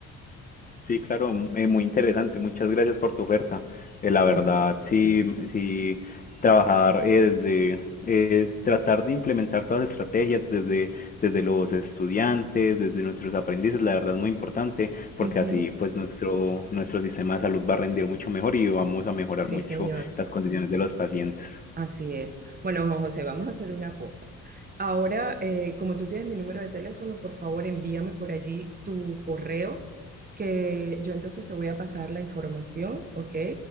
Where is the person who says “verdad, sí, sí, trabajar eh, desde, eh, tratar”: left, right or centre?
Left